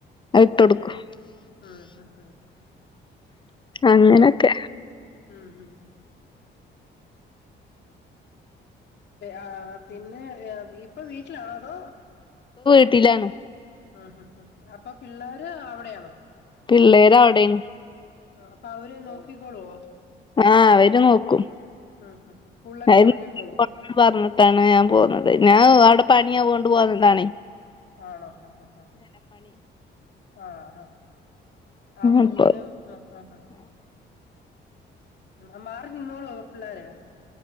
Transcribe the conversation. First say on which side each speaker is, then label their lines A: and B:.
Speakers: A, on the left; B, on the left.
A: അത് ഇട്ടൊടുക്കും
B: ഓഹോ ഉം ഉം ഉം
A: അങ്ങനൊക്കെ
B: മ്മ് ആ ആ പിന്നെ ഇപ്പൊ വീട്ടിലാണോ അതോ
A: ട്ടിലാണ്
B: ആ അ അപ്പൊ പിള്ളോര് അവിടെയാണോ
A: പിള്ളേര് അവിടെണ്
B: അപ്പൊ അവര് നോക്കിക്കോളുവോ
A: ആ അവര് നോക്കും
B: ഉം ഉം സ്കൂളിലൊക്കെ
A: <unintelligible>
B: പറഞ്ഞു വിട്ടോളോ
A: പറഞ്ഞിട്ടാണ് ഞാൻ പോന്നത് ഞാൻ അവിടെ പണിയ <unintelligible> പോന്നതാണെ
B: ആണോ ആ ഹ ആ ഹ ഹഹ ആ കുഞ്ഞിനും
A: അപ്പൊ
B: ആ ആ ആ ഉം മ്മാറി നിന്നോ ളോ പിള്ളേര്